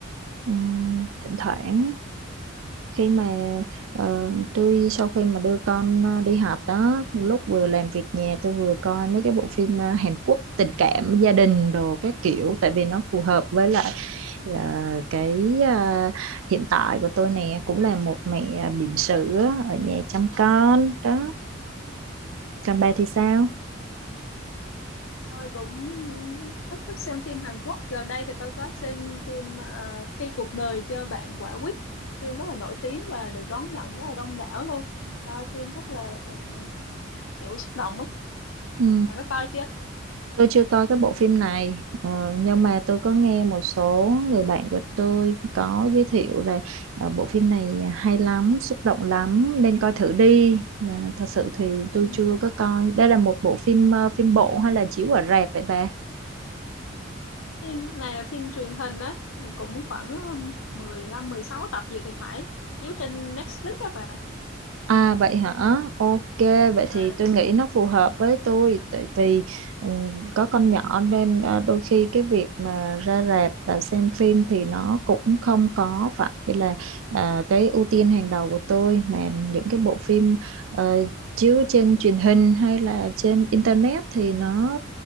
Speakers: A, on the right; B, on the left.
A: Ừ. thỉnh thoảng khi mà ờ, tôi sau khi mà đưa con ờ, đi học đó lúc vừa làm việc nhà tôi vừa coi mấy cái bộ phim ờ, Hàn Quốc tình cảm gia đình đồ các kiểu
B: ừ
A: tại vì nó phù hợp với lại ờ, cái ờ, hiện tại của tôi nè cũng là một mẹ bỉm
B: ừ
A: sữa ở nhà chăm con đó còn bà thì sao
B: tôi cũng rất thích xem phim Hàn Quốc gần đây thì tôi có xem phim ờ, Khi cuộc đời cho bạn quả quýt phim rất là nổi tiếng và được đón nhận rất là đông đảo luôn coi phim rất là ờ, kiểu xúc động á
A: Ừ.
B: bà có coi chưa
A: Tôi chưa coi cái bộ phim này ờ, nhưng mà tôi có nghe một số người bạn của tôi có giới thiệu là ờ, bộ phim này hay lắm, xúc động lắm nên coi thử đi. Mà thật sự thì tôi
B: ừ.
A: chưa có coi. Đây là một bộ phim ờ, phim bộ hay là chiếu ở rạp vậy bà?
B: Phim này là phim truyền hình á cũng khoảng um, mười lăm mười sáu tập gì thì phải chiếu trên Netflix đó bà
A: À vậy hả? Ok, vậy
B: à,
A: thì tôi nghĩ nó phù hợp với tôi tại vì ừm, có con nhỏ nên à, đôi khi cái việc mà ra rạp và xem phim thì nó cũng không có phải là à, cái ưu tiên hàng đầu của tôi mà những cái bộ phim ờ, chiếu trên truyền hình hay là trên internet thì nó